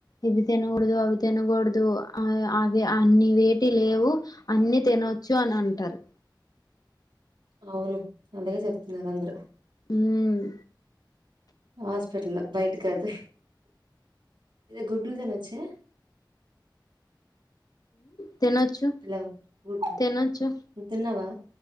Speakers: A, on the left; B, on the right.
A: ఇవి తినకూడదు అవి తినకూడదు అవి అన్ని ఏటి లేవు అన్ని తినొచ్చు అని అంటారు
B: అవును అందుకే చెప్తున్నారు అందరు
A: మ్మ్
B: హాస్పిటల్లో బయట కాదు ఇ గుడ్లు తినొచ్చే
A: తినొచ్చు
B: హలో! గుడ్లు
A: తినొచ్చు
B: తిన్నావా?